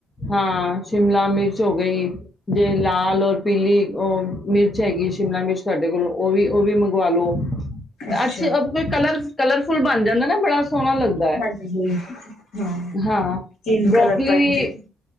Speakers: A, on the left; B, on the left.
A: ਹਾਂ ਸ਼ਿਮਲਾ ਮਿਰਚ ਹੋ ਗਈ ਜੇ ਲਾਲ ਔਰ ਪੀਲੀ ਉਹ ਮਿਰਚ ਹੈਗੀ ਸ਼ਿਮਲਾ ਮਿਰਚ ਤੁਹਾਡੇ ਕੋਲ ਉਹ ਵੀ ਉਹ ਵੀ ਮੰਗਵਾ ਲਓ
B: ਅੱਛਾ।
A: ਅੱਛੇੇ ਕਲਰ ਕਲਰਫੁਲ ਬਣ ਜਾਂਦਾ ਨਾ ਬੜਾ ਸੋਹਣਾ ਲੱਗਦਾ ਹੈ
B: ਹਾਂਜੀ ਹਾਂ
A: ਹਾਂ
B: ਤਿੰਨ
A: ਬਰੋਕਲੀ
B: ਕਲਰ ਪੈਂਦੇ
A: ਵੀ
B: ਨੇ